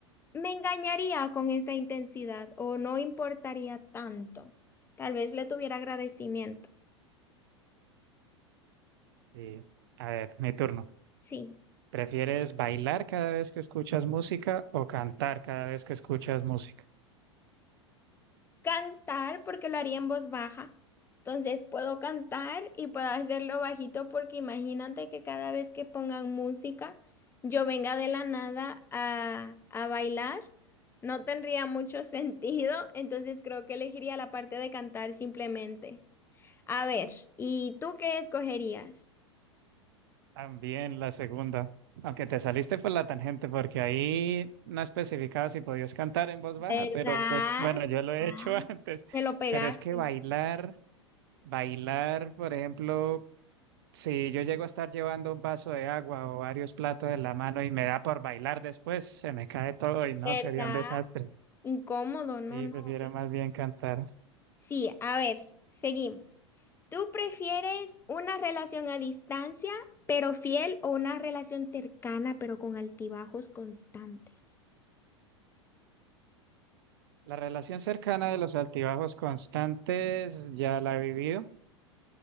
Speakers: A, on the left; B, on the right.
A: me engañaría con esa intensidad o no importaría tanto. Tal vez le tuviera agradecimiento.
B: sí. A ver, mi turno.
A: Sí,
B: ¿Prefieres bailar cada vez que escuchas música o cantar cada vez que escuchas música?
A: cantar porque lo haría en voz baja. Entonces puedo cantar y puedo hacerlo bajito porque imagínate que cada vez que pongan música, yo venga de la nada a, a bailar. No tendría mucho <laughs> sentido, entonces creo que elegiría la parte de cantar simplemente. A ver, ¿y tú qué escogerías?
B: También la segunda, aunque te saliste por la tangente porque ahí no especificaba si podías cantar en voz
A: ¿Verdad?
B: baja, pero pues bueno, yo lo he
A: Ah,
B: hecho <laughs> antes.
A: Que lo pegaste.
B: Pero es que bailar, bailar, por ejemplo, si yo llego a estar llevando un vaso de agua o varios platos en la mano y me da por bailar después, se me cae todo y no,
A: ¿Verdad?
B: sería un desastre.
A: Incómodo, no,
B: Sí,
A: no.
B: prefiero
A: horrible.
B: más bien cantar.
A: Sí, a ver, seguimos. ¿Tú prefieres una relación a distancia, pero fiel, o una relación cercana, pero con altibajos constantes?
B: La relación cercana de los altibajos constantes ya la he vivido